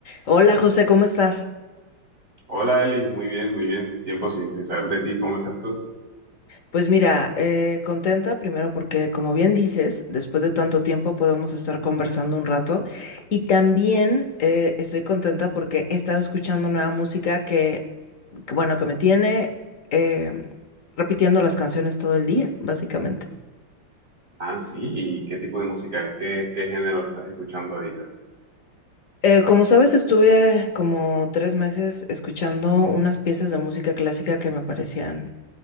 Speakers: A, on the left; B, on the right.
A: Hola José, ¿cómo estás?
B: Hola Eli, muy bien, muy bien. Tiempo sin sin saber de ti, ¿cómo estás tú?
A: Pues mira, eh, contenta primero porque como bien dices, después de tanto tiempo podemos estar conversando un rato y también eh, estoy contenta porque he estado escuchando nueva música que, que, bueno, que me tiene eh, repitiendo las canciones todo el día, básicamente.
B: Ah, sí, ¿y qué tipo de música es? ¿Qué, qué género estás escuchando ahorita?
A: Eh, como sabes, estuve como tres meses escuchando unas piezas de música clásica que me parecían